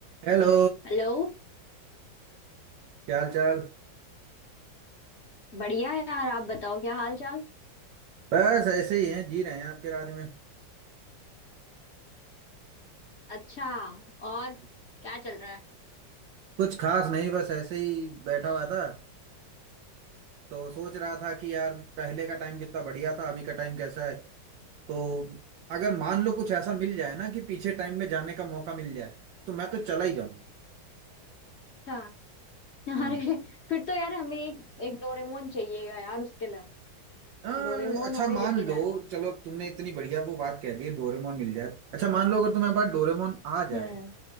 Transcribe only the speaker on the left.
Hello
बढ़िया है यार आप बताओ क्या हाल चाल
अच्छा और
क्या चल रहा है
अच्छा अरे
फिर तो यार हमें एक एक डोरेमोन चाहिएगा यार उसके लिए
डोरेमोन
हमें
लेके
जाएगा
हम्म